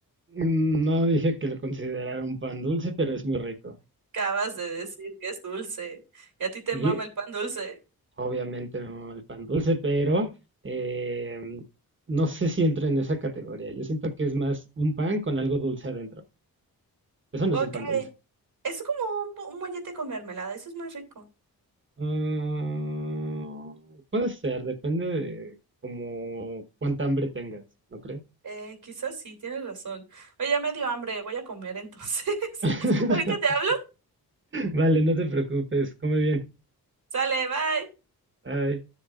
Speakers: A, on the right; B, on the right.
A: No dije que lo considerara un pan dulce, pero es muy rico.
B: Acabas de decir que es dulce, y a ti te
A: Di-
B: mama el pan dulce.
A: Obviamente no el pan dulce, pero eh, no sé si entra en esa categoría. Yo siento que es más un pan con algo dulce adentro. Eso no
B: Ok.
A: es un pan dulce.
B: Es como un, bo- un mollete con mermelada, eso es más rico.
A: Ah, puede ser, depende de como cuánta hambre tengas, ¿no crees?
B: Eh, quizás sí, tienes razón. Oye, ya me dio hambre, voy a comer entonces.
A: <laughs>
B: <laughs> Ahorita te hablo.
A: Vale, no te preocupes, come bien.
B: Sale, bye.
A: Bye.